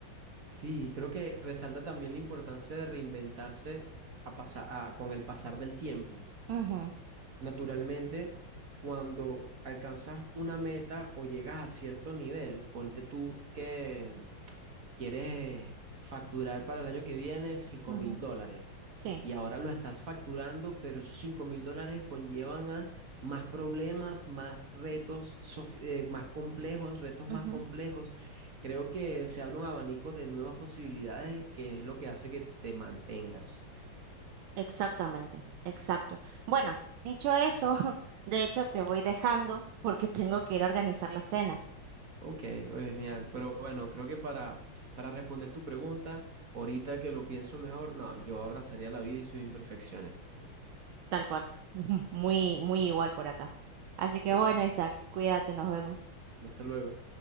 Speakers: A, on the right; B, on the right.
A: Sí, creo que resalta también la importancia de reinventarse a pasa- a- con el pasar del tiempo.
B: Ujú,
A: Naturalmente, cuando alcanzas una meta o llegas a cierto nivel, ponte tú que quieres facturar para el año que viene cinco
B: ujú,
A: mil dólares
B: sí,
A: y ahora lo estás facturando, pero esos cinco mil dólares conllevan a más problemas, más retos, sof- eh, más complejos, retos más
B: ujú,
A: complejos. Creo que se abre un abanico de nuevas posibilidades que es lo que hace que te mantengas.
B: exactamente, exacto. Bueno, dicho eso, <laughs> de hecho te voy dejando porque tengo que ir a organizar la cena.
A: Ok, oye, genial. Pero bueno, creo que para, para responder tu pregunta, ahorita que lo pienso mejor, no, yo abrazaría la vida y sus imperfecciones.
B: Tal cual. <laughs> Muy, muy igual por acá. Así
A: Sí,
B: que bueno, Isaac, cuídate, nos vemos.
A: hasta luego.